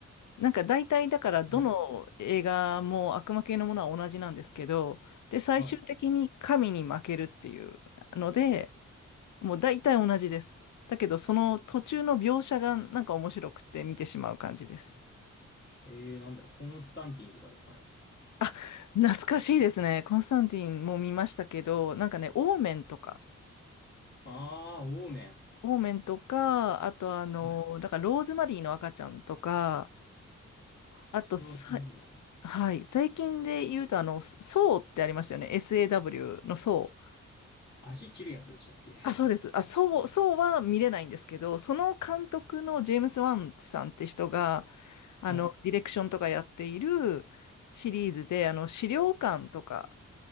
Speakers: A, on the left (about 65°); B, on the left (about 35°).
A: なんか大体だからどの映画も悪魔系のものは同じなんですけど、
B: はい。
A: で、最終的に神に負けるっていうので、
B: は
A: もう大体同じです。だけどその途中の描写がなんか面白くて見てしまう感じです。
B: い。えー、なんだろう、コンスタンティンとかですかね。
A: あ、懐かしいですね。コンスタンティンも見ましたけど、なんかね、オーメンとか、
B: あー、オーメン。
A: オーメンとか、あとあの、
B: はい。
A: だからローズマリーの赤ちゃんとか、
B: あ、それは聞いたことなかっ
A: あとさ、はい、最近で言うとあの、ソーってありましたよね。SAW のソー。
B: た。足切るやつでしたっけ
A: あ、そうです。あ、そう、そうは見れないんですけど、その監督のジェームス・ワンさんって人が、あの、
B: はい。
A: ディレクションとかやっているシリーズで、あの、資料館とか、